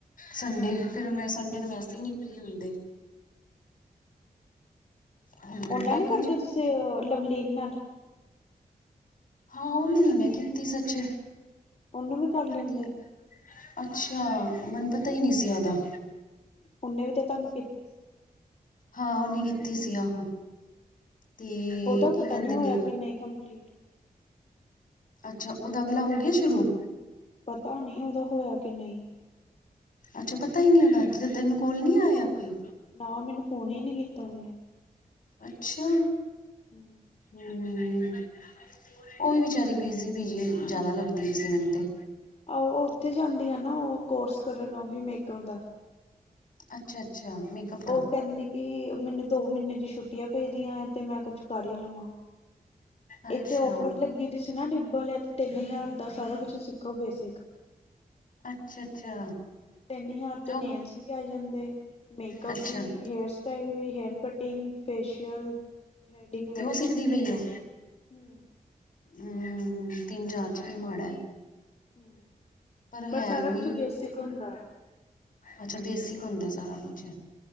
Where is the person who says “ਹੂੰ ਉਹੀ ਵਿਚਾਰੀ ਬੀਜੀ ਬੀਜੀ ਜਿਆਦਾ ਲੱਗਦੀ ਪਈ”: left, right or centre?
Left